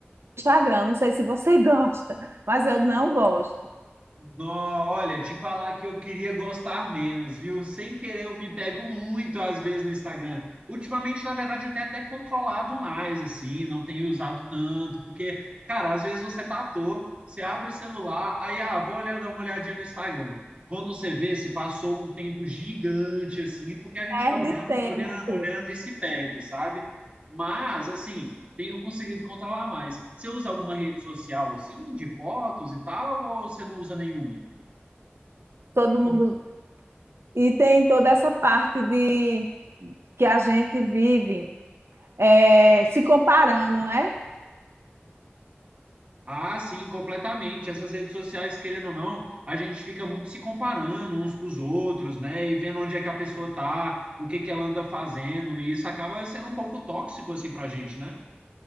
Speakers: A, on the right (about 80°); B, on the right (about 30°).
A: Instagram, não sei se você <laughs> gosta, mas eu não gosto.
B: No, olha, te falar que eu queria gostar menos, viu? Sem querer, eu me pego muito às vezes no Instagram. Ultimamente, na verdade, eu tenho até controlado mais, assim, não tenho usado tanto, porque, cara, às vezes você tá à toa, você abre o celular, aí, ah, vou olhar, dar uma olhadinha no Instagram. Quando você vê, se passou um tempo gigante, assim, porque a gente
A: Perde
B: vai olhando,
A: tempo.
B: olhando, olhando e se perde, sabe? Mas, assim. tenho conseguido controlar mais. Você usa alguma rede social assim, de fotos e tal, ou você não usa nenhuma?
A: Todo mundo E tem toda essa parte de que a gente vive é, se comparando, né?
B: Ah, sim, completamente. Essas redes sociais, querendo ou não, a gente fica muito se comparando uns com os outros, né? E vendo onde é que a pessoa tá, o que que ela anda fazendo, e isso acaba sendo um pouco tóxico assim pra gente, né?